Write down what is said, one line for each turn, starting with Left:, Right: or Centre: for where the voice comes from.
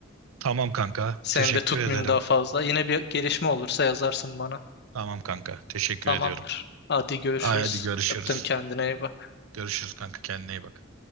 Right: Tamam kanka,
Left: Seni
Right: teşekkür
Left: de tutmayayım
Right: ederim.
Left: daha fazla. Yine bir gelişme olursa yazarsın bana.
Right: Tamam kanka, teşekkür
Left: Tamamdır.
Right: ediyorum.
Left: Hadi görüşürüz.
Right: Ay, Hadi görüşürüz.
Left: Öptüm kendine iyi bak.
Right: Görüşürüz kanka, kendine iyi bak.